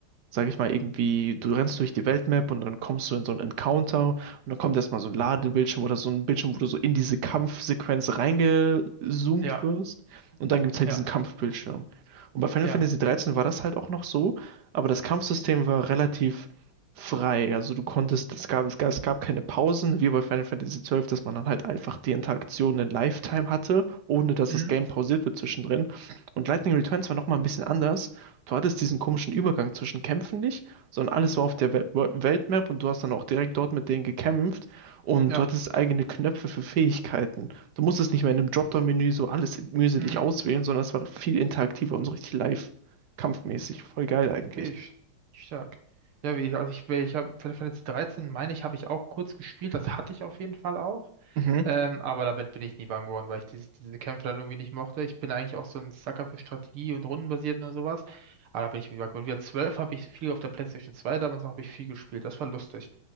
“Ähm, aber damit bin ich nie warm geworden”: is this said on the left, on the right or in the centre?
Right